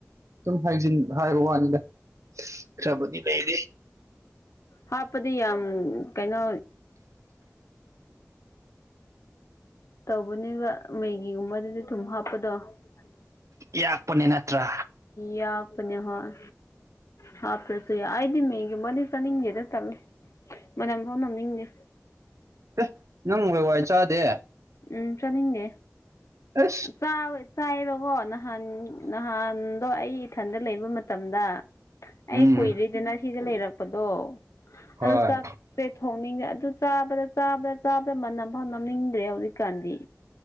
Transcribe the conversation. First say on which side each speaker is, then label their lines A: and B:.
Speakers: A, on the right (about 75°); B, on the left (about 70°).
A: ꯑꯗꯨꯝ ꯍꯥꯏꯖꯤꯟ ꯍꯥꯏꯕ ꯋꯥꯅꯤꯗ ꯈꯔꯕꯨꯗꯤ ꯂꯩꯔ
B: ꯍꯥꯞꯄꯗꯤ ꯌꯥꯝ ꯀꯩꯅꯣ ꯇꯧꯕꯅꯦꯕ ꯃꯩꯒꯤꯒꯨꯝꯕꯗꯗꯤ ꯊꯨꯝ ꯍꯥꯞꯄꯗꯣ <unintelligible>
A: ꯌꯥꯛꯄꯅꯤ ꯅꯠꯇ꯭ꯔꯥ
B: ꯌꯥ ꯌꯥꯎꯄꯅꯤꯍꯣꯏ ꯍꯥ ꯄꯁꯨꯌꯥ ꯑꯩꯗꯤ ꯃꯒꯤ ꯃꯗꯤ ꯆꯅꯤꯡꯗꯦꯗ ꯇꯜꯂꯦ ꯃꯅꯝ ꯐꯥꯎ ꯅꯝꯅꯤꯡꯗꯦ
A: ꯑꯦ ꯅꯪ ꯋꯥꯏ ꯋꯥꯏ ꯆꯥꯗꯦ
B: ꯎꯝ ꯆꯥꯅꯤꯡꯗꯦ
A: ꯑꯁ
B: ꯆꯥꯕ ꯆꯥꯏꯑꯦꯕꯀꯣ ꯅꯍꯥꯟ ꯅꯍꯥꯟꯗꯣ ꯑꯩ ꯏꯊꯟꯗ ꯂꯩꯕ ꯃꯇꯝꯗ ꯑꯩ
A: ꯎꯝ
B: ꯀꯨꯏꯔꯗꯅ ꯁꯤꯗ ꯂꯩꯔꯛꯄꯗꯣ
A: ꯍꯣꯏ
B: ꯑꯗꯨ ꯆꯥꯛꯁꯦ ꯊꯣꯡꯅꯤꯡꯗ꯭ꯔꯦ ꯑꯗꯨ ꯆꯥꯕꯗ ꯆꯥꯕꯗ ꯆꯥꯕꯗ ꯃꯅꯝ ꯐꯥꯎ ꯅꯝꯅꯤꯡꯗ꯭ꯔꯦ ꯍꯧꯖꯤꯛ ꯀꯥꯟꯗꯤ